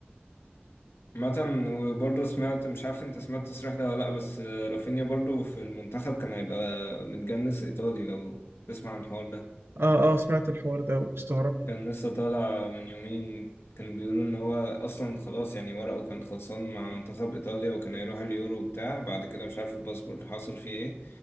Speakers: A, on the left; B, on the right.
A: مثلا وبرضه سمعت مش عارف انت سمعت التصريح ده ولا لا بس رافينيا برضه في المنتخب كان هيبقى متجنس ايطالي لو تسمع عن الحوار ده
B: اه اه سمعت الحوار ده واستغربت
A: كان لسه طالع من يومين كانوا بيقولوا ان هو اصلا خلاص يعني ورقه كان خلصان مع منتخب ايطاليا وكان هيروح اليورو وبتاع بعد كده مش عارف الباسبورت حصل فيه ايه